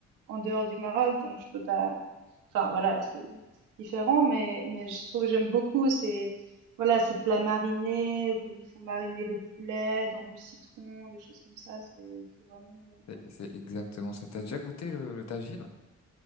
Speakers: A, on the right; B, on the left.
A: en dehors du Maroc, donc je peux pas, enfin, voilà, c'est, c'est différent, mais, mais je trouve, que j'aime beaucoup, c'est, voilà, ces plats marinés, ou comme ils font mariner le poulet dans du citron, des choses comme ça, c'est c'est vraiment bon.
B: C'est c'est exactement ça. T'as déjà goûté le, le tagine?